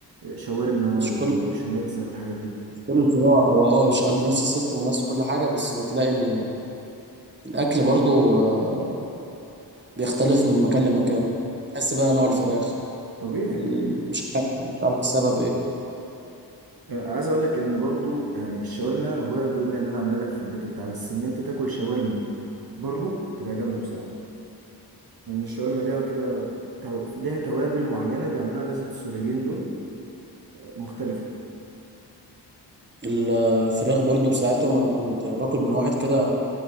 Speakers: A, on the right; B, on the right.
A: شاورما
B: مش
A: و-
B: كل
A: وشاميتزا والحاجات دي
B: مش كل الفروع هو اه شغال بنفس السيستم ونفس كل حاجة بس بتلاقي ال- الأكل برضه آه، بيختلف من مكان لمكان تحس بقى نوع الفراخ
A: طبيعي
B: ال-
A: طبيعي
B: مش عارف مش عارف السبب ايه
A: آه، عايز اقول لك ان برضو يعني الشاورما انا ابويا بيقول لي ان انا اعملها لك في البيت وبتاع بس ان انت تاكل شاورما بره تبقى جامده بصراحه لان الشاورما ليها كده تو- ليها توابل معينه بيعملوها الناس السوريين دول مختلفة
B: الفراخ برضو بساعتهم انا كنت باكل من واحد كده